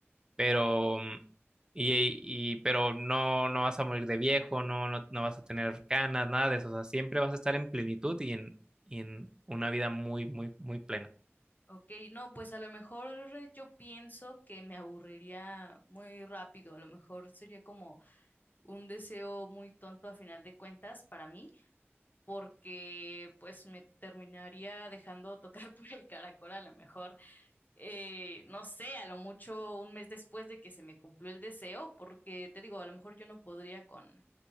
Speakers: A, on the right; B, on the left.
A: pero, mm, y, y- pero no, no vas a morir de viejo, no, no, no vas a tener canas, nada de eso, o sea, siempre vas a estar en plenitud y en, y en una vida muy, muy, muy plena.
B: Ok, no, pues a lo mejor yo pienso que me aburriría muy rápido, a lo mejor sería como un deseo muy tonto a final de cuentas para mí, porque pues me terminaría dejando tocar <laughs> por el caracol a lo mejor, eh, no sé, a lo mucho un mes después de que se me cumplió el deseo, porque te digo, a lo mejor yo no podría con